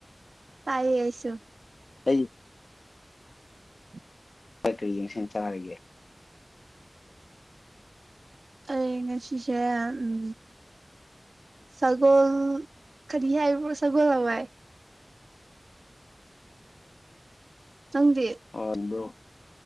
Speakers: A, on the right (about 80°); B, on the left (about 75°).
A: ꯇꯥꯏ ꯌꯁꯁꯨ
B: ꯑꯩ
A: <unintelligible>
B: ꯀ ꯀꯔꯤ ꯌꯦꯡꯁꯟ ꯆꯥꯔꯒꯦ
A: ꯑꯦ ꯉ ꯁꯤꯤꯤꯁꯦ ꯎꯝ ꯁꯒꯣꯜ ꯀꯔꯤ ꯍꯥꯏ ꯁꯒꯣꯜ ꯍꯋꯥꯏ ꯅꯪꯗꯤ
B: ꯑꯕ꯭ꯔꯣ